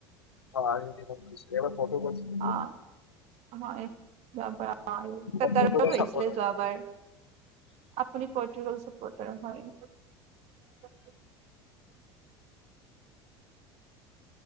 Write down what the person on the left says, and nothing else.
অ আহিছিল এবাৰ ফটো কৰিছিল
মোৰ ফটো
চাব